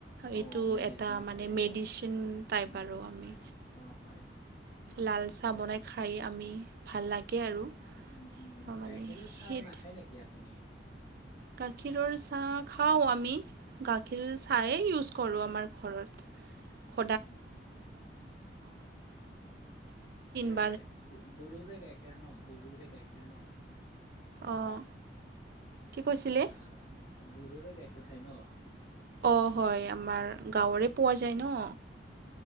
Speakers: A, on the left; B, on the right.
A: অ
B: এইটো
A: মেডিচিনে
B: এটা মানে
A: হয় এইটো
B: মেডিচিন
A: অ হয়
B: তাই
A: উম
B: পাৰ আমি
A: হয় অ হয়
B: লাল চাহ
A: অ
B: বনাই
A: হয়
B: খাই খাই আমি ভাল লাগে আৰু
A: উম উম
B: মানে
A: গাখীৰো
B: সেই
A: চাহ নাখায় নেকি আপুনি
B: গাখীৰৰ চাহ খাওঁ আমি গাখীৰ চায়েই ইউজ কৰোঁ আমাৰ ঘৰত স
A: উম লে
B: ম
A: গুৰুৰে গাখীৰ ন গুৰুৰে গাখীৰ ন
B: অঁ কি কৈছিলে
A: আহ গৰুৰে গাখীৰ খায় ন
B: অঁ হয় আমাৰ গাঁৱৰে পোৱা যায় ন